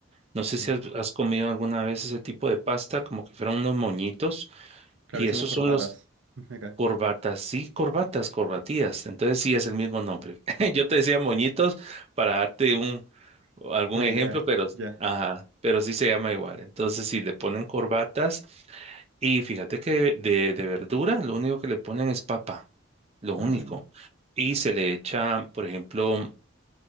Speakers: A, on the right; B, on the right.
A: No sé
B: Ya.
A: si has, has comido alguna vez ese tipo de pasta, como que fueran unos moñitos,
B: Claro,
A: y
B: decimos
A: esos
B: corbatas.
A: son los
B: <laughs> Acá.
A: corbatas, sí, corbatas, corbatías. Entonces sí es el mismo nombre. <laughs> Yo te decía moñitos para darte un algún
B: Una
A: ejemplo,
B: idea.
A: pero
B: Ya.
A: ajá, pero sí se llama igual. Entonces, sí le ponen corbatas. Y fíjate que de, de verdura lo único que le ponen es papa, lo único.
B: Ah, ya.
A: Y se le echa, por ejemplo,